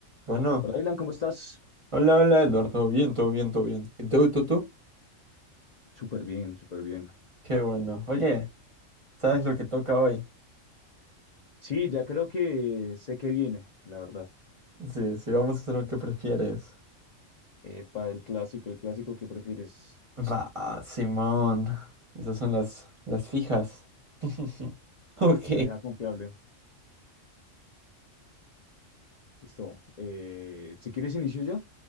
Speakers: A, on the right; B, on the left.
A: Bueno,
B: Hola, Dylan, ¿cómo estás?
A: hola, hola Eduardo, todo bien, todo bien, todo bien. ¿Y tú, tú, tú?
B: Súper bien, súper bien.
A: Qué bueno. Oye, ¿sabes lo que toca hoy?
B: Sí, ya creo que sé que viene, la verdad.
A: Sí, sí, vamos a hacer lo que prefieres.
B: Epa, el clásico, el clásico que prefieres,
A: <laughs> Va, Simón. Esas son las, las fijas. <laughs> Ok,
B: la vieja confiable. Listo. Eh, si quieres, inicio yo.